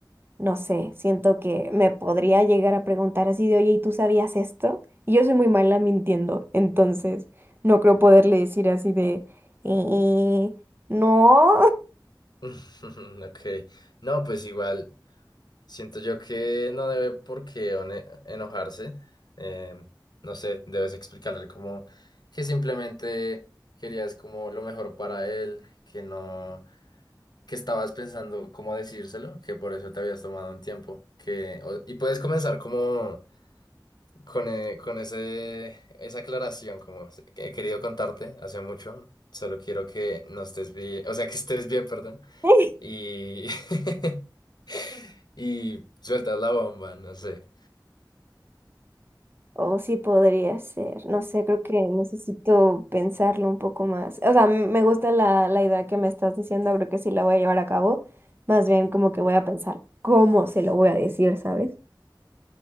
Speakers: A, on the right; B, on the left.
A: no sé, siento que me podría llegar a preguntar así de, oye, ¿y tú sabías esto? Y yo soy muy mala mintiendo, entonces no creo poderle decir así de, "Eh, no.
B: <laughs> Ok, no, pues igual, siento yo que no debe por qué one- enojarse, em, no sé, debes explicarle como que simplemente querías como lo mejor para él, que no, que estabas pensando cómo decírselo, que por eso te habías tomado un tiempo, que, o- y puedes comenzar como con, eh, con ese, esa aclaración, como "Se- he querido contarte hace mucho, solo quiero que no estés bien, o sea, que estés bien, perdón.
A: <laughs>
B: Y <laughs> y sueltas la bomba, no sé.
A: O sí podría ser, no sé, creo que necesito pensarlo un poco más. O sea, m- me gusta la, la idea que me estás diciendo, creo que sí la voy a llevar a cabo. Más bien como que voy a pensar cómo se lo voy a decir, ¿sabes?